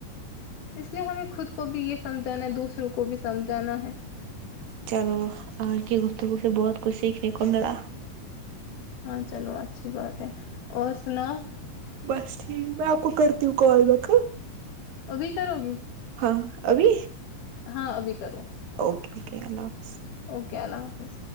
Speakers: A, on the left; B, on the right.
A: اس لیے ہمیں خود کو بھی یے سمجھانا ہے دوسروں کو بھی سمجھانا ہے
B: چلو آج کے گفتگو سے بہت کچھ سیکھنے کو میلا
A: ہاں چلو اچھی بات ہے اور سناؤ
B: بس ٹھیک میں آپ کو کرتی ہوں کال بیک ہاں
A: ابھی کرو گی
B: ہاں ابھی
A: ہاں ابھی کرو
B: اوکے اوکے اللہ حافظ
A: اوکے اللہ حافظ